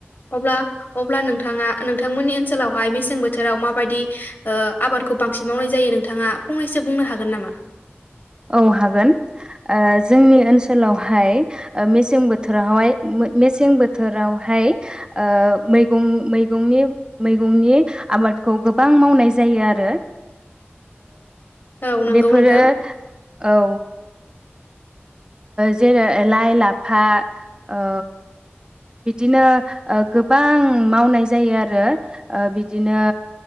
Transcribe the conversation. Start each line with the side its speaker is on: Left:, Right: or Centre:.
Left: अब्ला अब्ला नोंथाङा नोंथांमोननि ओनसोलावहाय मेसें बोथोराव माबायदि आबादखौ बांसिन मावनाय जायो नोंथाङा फंनैसो बुंनो हागोन नामा?
Right: औ हागोन जोंनि ओनसोल ओनसोलावहाय मेसें बोथोरावहाय मेसें बोथोरावहाय मैगं मैगंनि मैगंनि आबादखौ गोबां मावनाय जायो आरो।
Left: औ नंगौ
Right: बेफोरो
Left: नोंथां
Right: औ। जेरै लाइ लाफा ओ बिदिनो गोबां मावनाय जायो आरो बिदिनो